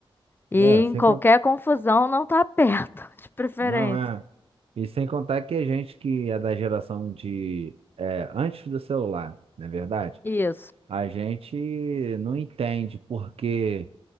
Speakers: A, on the left (about 20°); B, on the right (about 80°).
A: E
B: É, assim.
A: em qualquer confusão não tá perto, <laughs> de preferência.
B: Não é. E sem contar que a gente que é da geração de é, antes do celular, não é verdade?
A: Isso.
B: A gente não entende por que